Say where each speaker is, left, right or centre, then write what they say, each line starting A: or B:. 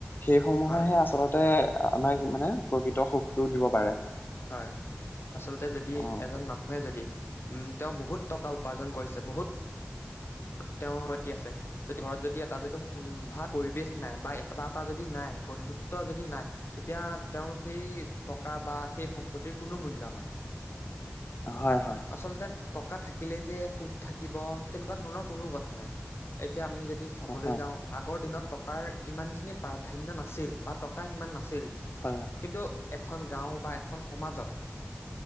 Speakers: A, on the left; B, on the left.
A: সেই সমূহেহে
B: হয়,
A: আচলতে। আমাক মানে প্ৰকৃত সুখতটো দিব পাৰে।
B: হয় আচলতে, যদি
A: অ
B: এজন মানুহে যদি। উম, তেওঁ বহুত টকা উপাৰ্জন কৰিছে বহুতত তেওঁৰ। দি আছে ঘৰত যদি এটা যদি উম ভাল পৰিৱেশ নাই বা এটা এটা যদি নাই বন্ধুত্ব যদি- নাই তেতিয়া তেওঁৰ সেই টকা বা সেই সম্পত্তিৰ কোনো মূল্য নাই।
A: হয় -হয়
B: আচলতে টকা থাকিলে যে সুখ থাকিব তেনেকুৱা ধৰণৰ কোনো কথা নাই। এই এতিয়া আমি যদি চাবলৈ
A: হয় হয়
B: যাওঁ আগৰ দিনত টকাৰ ইমান খিনি প্ৰাধান্য নাছিল বা টকা ইমান না- আছিল।
A: হয়
B: কিন্তু এখন গাঁও বা এখন সমাজত -